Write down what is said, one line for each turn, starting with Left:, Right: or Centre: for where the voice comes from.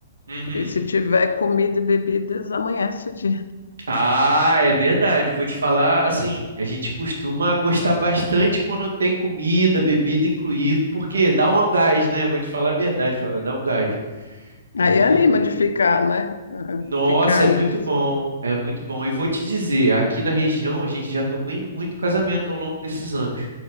Right: Uhum.
Left: e se tiver comida e bebidas, amanhece o dia.
Right: Ah, é verdade. Vou te falar, assim, a gente costuma gostar bastante quando tem comida, bebida incluído, porque dá um gás, né? Vou te falar a verdade, Flávio, dá um gás. Ajuda
Left: Aí anima
Right: muito.
Left: de ficar, né? Ah,
Right: Nossa,
Left: Ficar
Right: é muito
Left: ali.
Right: bom, é muito bom. E vou te dizer, aqui na região a gente já tocou em muito casamento ao longo desses anos.